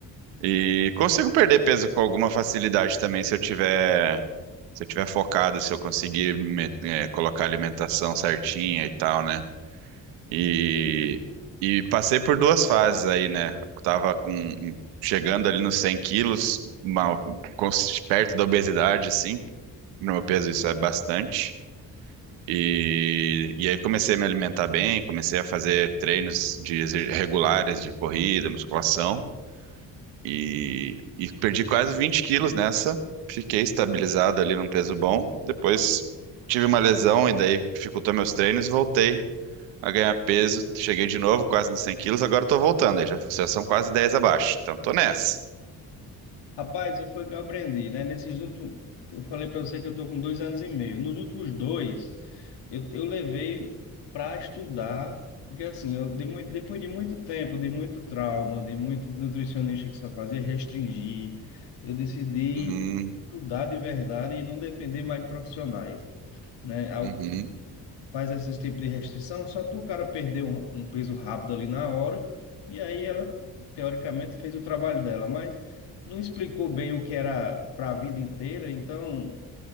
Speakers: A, on the right; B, on the left.
A: e consigo perder peso com alguma facilidade também se eu tiver, se eu tiver focado, se eu conseguir me- eh, colocar a alimentação certinha e tal, né? E, e passei por duas fases aí, né? Eu tava com, chegando ali nos 100 quilos, uma- com- perto da obesidade, assim. No meu peso isso é bastante. E, e aí comecei a me alimentar bem, comecei a fazer treinos de, exer- regulares de corrida, musculação. E, e perdi quase 20 quilos nessa. Fiquei estabilizado ali num peso bom. Depois tive uma lesão e daí dificultou meus treinos e voltei a ganhar peso. Cheguei de novo, quase nos 100 quilos, agora tô voltando, aí já, já são quase dez abaixo. Então tô nessa.
B: Rapaz, eu- foi o que eu aprendi, né? Nesses últimos, eu falei para você que eu tô com dois anos e meio. Nos últimos dois, eu, eu levei para estudar, porque assim, eu de muito, depois de muito tempo, de muito trauma, de muito nutricionista que só fazia restringir, eu decidi
A: Uhum,
B: estudar de verdade e não depender mais de profissionais, né?
A: uhum,
B: faz esse tipo de restrição só para o cara perder um, um peso rápido ali na hora. E aí ela, teoricamente, fez o trabalho dela, mas não explicou bem o que era para a vida inteira. Então,